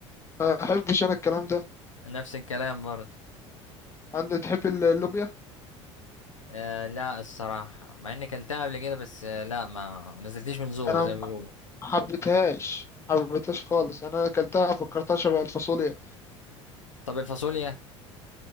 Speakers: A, on the left (about 15°); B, on the left (about 85°).
A: ما احبش انا الكلام ده
B: نفس الكلام برضه
A: انت تحب اللوبيا
B: آه لا الصراحة مع اني كلتها قبل كده بس آه لا ما نزلتليش من زور
A: انا
B: زي
A: ما
B: ما بيقولوا
A: حبيتهاش حبيتهاش خالص انا اكلتها فكرتها شبه الفاصوليا
B: طب الفاصوليا